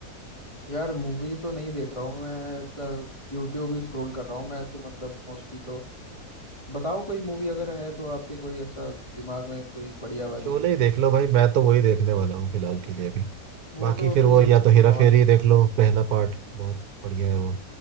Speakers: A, on the left; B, on the right.
A: यार मूवी तो नहीं देख रहा हूँ मैं यूट्यूब ही स्क्रॉल कर रहा हूँ मैं तो मतलब मोस्टली तो बताओ कोई मूवी अगर है तो आपके कोई ऐसा दिमाग में कोई बढ़िया वाली
B: शोले ही देख लो भाई मैं तो वही देखने वाला हूँ फिलहाल के लिए अभी
A: वो
B: बाकी
A: तो
B: फिर
A: अभी
B: वो या तो हेरा
A: बहुत
B: फेरी देख लो पहला पार्ट बहुत बढ़िया है वो